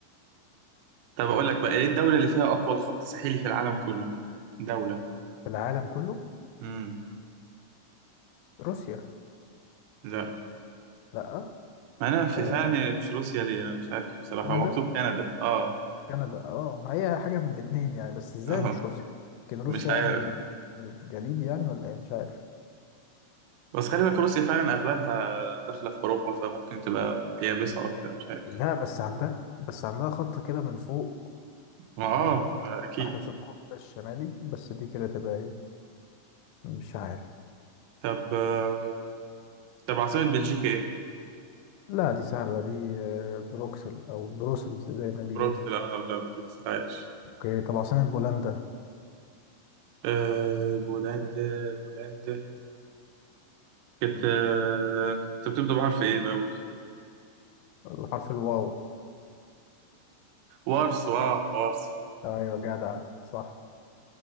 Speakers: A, on the right (about 80°); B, on the left (about 85°).
A: طب أقول لك بقى إيه الدولة اللي فيها أطول خط ساحلي في العالم كله دولة
B: في العالم كله
A: امم
B: روسيا
A: لا
B: لا
A: ما أنا في
B: آه،
A: فعلا يعني مش روسيا ليه أنا مش عارف بصراحة
B: كندا
A: هو مكتوب كندا آه
B: كندا اه ما هي حاجة من الاتنين يعني بس ازاي
A: آه
B: مش روسيا كان روسيا
A: مش عارف
B: يعني جليد يعني ولا ايه مش عارف
A: بس خلي بالك روسيا فعلا اغلبها داخله في اوروبا فممكن تبقى يابسه اكتر مش عارف
B: لا بس عندها بس عندها خط كده من فوق
A: ما اه
B: يعني
A: ما اكيد
B: ناحية القطب الشمالي بس دي كده تبقى ايه مش عارف
A: طب آه، طب عاصمه بلجيكا ايه
B: لا دي سهلة دي آه، بروكسل أو بروسلز زي ما بيقولوا
A: بروكسل اه لا بروكسل عايش
B: اوكي طب عاصمة بولندا
A: آه بولندا بولندا كانت آه، انت بتبدا بحرف ايه الاول
B: بحرف الواو
A: وارسو اه وارسو
B: ايوه جدع صح